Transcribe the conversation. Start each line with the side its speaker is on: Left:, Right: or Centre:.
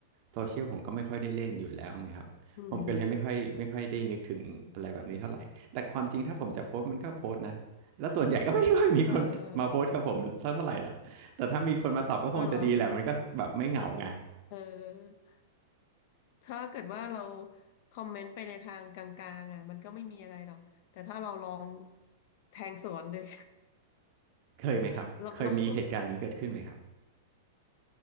Right: โซเชียลผมก็ไม่ค่อยได้เล่นอยู่แล้วไงครับผมก็เลยไม่ค่อยไม่ค่อยได้นึกถึงอะไรแบบนี้เท่าไหร่แต่ความจริงถ้าผมจะโพสต์มันก็โพสต์นะแล้วส่วนใหญ่ก็ไม่ค่อยมีคนมาโพสต์กับผมสักเท่าไหร่หรอกแต่ถ้ามีคนมาตอบก็คงจะดีแหละมันก็แบบไม่เหงาไง
Left: อืมเออเออเออเหรอเออถ้าเกิดว่าเราคอมเมนต์ไปในทางกลางๆอ่ะมันก็ไม่มีอะไรหรอกแต่ถ้าเราลองแทงสวนเลย
Right: เคยไหมครับเคยมีเหตุการณ์นี้เกิดขึ้นไหมครับ
Left: <laughs> รับรอง